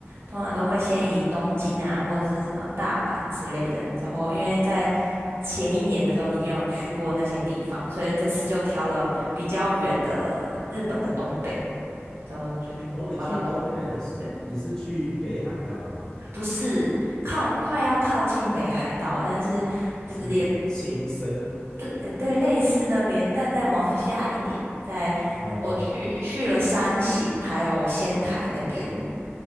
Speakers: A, on the right (about 60°); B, on the left (about 15°).
A: 通常都会先以东京啊，或者是什么大阪之类的。然后因为在前一年的时候已经有去过那些地方，所以这次就挑了比较远的日本的东北，然后就跑到东北。
B: 哦，你去东北，那是你是去北海道吗？
A: 对，不是靠快要靠近北海道，但是就是也
B: 还是亲身？
A: 对呃对类似那边，但再往下一点，在我去去了山形还有仙台那边。
B: 呃，